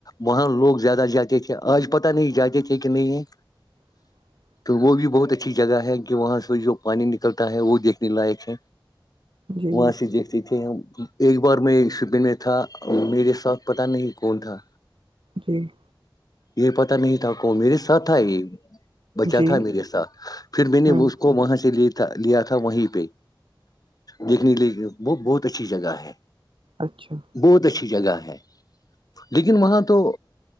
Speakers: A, on the left; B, on the right.
A: وہاں لوگ زیادہ جاتے تھے آج پتہ نہیں جاتے تھے کہ نہیں ہے
B: <inaudible>
A: تو وہ بھی بہت اچھی جگہ ہے کہ وہاں سے جو پانی نکلتا ہے وہ دیکنے لائق ہے
B: جی
A: وہاں سے دیکھتے تھے ہم ایک بار میں شپین میں تھا میرے ساتھ پتا نہیں کون تھا
B: جی
A: یہ پت نہیں تھا کو میرے ساتھ تھا یہ بچا
B: جی
A: تھا میرے ساتھ پھر میں
B: ہوں
A: نے اس کو وہاں سے لے لیا تھا وہیں پہ دیکھنے ل وہ بہت اچھی جگہ ہے
B: اچھا
A: بہت اچھی جگہ ہے لیکن وہاں تو